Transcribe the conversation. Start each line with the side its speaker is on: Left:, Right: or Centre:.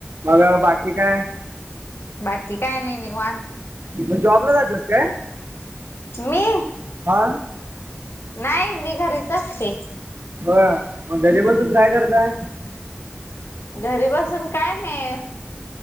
Right: मग बाकी काय?
Left: बाकी काय, नाही निवांत.
Right: मग जॉबला जात्यास काय?
Left: मी.
Right: हा.
Left: नाही मी घरीच असते.
Right: हो मग घरी बसून काय करताय.
Left: घरी बसून काय नाही